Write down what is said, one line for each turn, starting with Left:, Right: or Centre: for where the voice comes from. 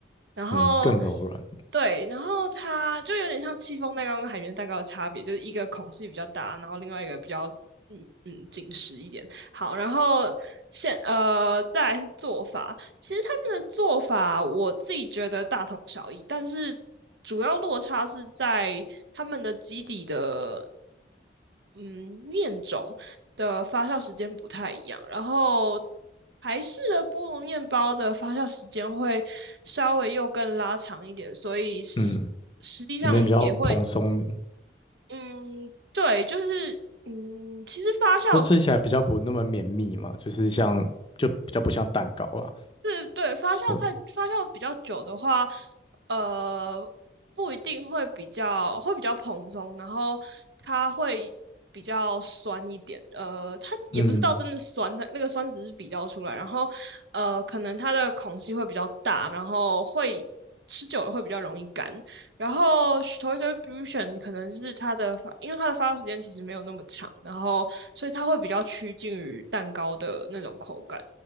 Right: 然后
Left: <laughs> 嗯，更柔软，
Right: 对，然后它就有点像戚风蛋糕跟海绵蛋糕的差别，就是一个孔隙比较大，然后另外一个比较嗯嗯紧实一点。好，然后现呃再来是做法，其实他们的做法我自己觉得大同小异，但是主要落差是在他们的基底的嗯面种。的发酵时间不太一样，然后台式的菠萝面包的发酵时间会稍微又更拉长一点，所以实实际上也会，
Left: 嗯。里面比较蓬松，
Right: 嗯，对，就是，嗯，其实发酵不
Left: 就吃起来比较不那么绵密嘛，就是像就比较不像蛋糕啦。
Right: 是，对，发酵太发酵比较久的话，
Left: 对，
Right: 呃，不一定会比较会比较蓬松，然后它会比较酸一点，呃，它也不是到真的酸，
Left: 嗯
Right: 它那个酸只是比较出来，然后呃，可能它的孔隙会比较大，然后会吃久了会比较容易干，然后 s t o r a u s i o n 可能是它的发，因为它的发酵时间其实没有那么长，然后所以它会比较趋近于蛋糕的那种口感。